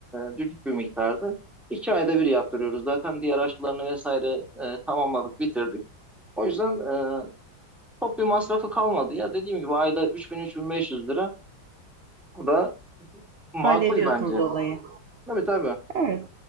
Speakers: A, in the centre; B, on the right.
A: e, düşük bir miktardı. İki ayda bir yaptırıyoruz. Zaten diğer aşılarını vesaire e, tamamladık, bitirdik. O yüzden e, çok bir masrafı kalmadı. Ya dediğim gibi ayda 3000-3500 lira. Bu da makul
B: Hallediyorsunuz
A: bence.
B: olayı.
A: Tabii tabii.
B: Evet.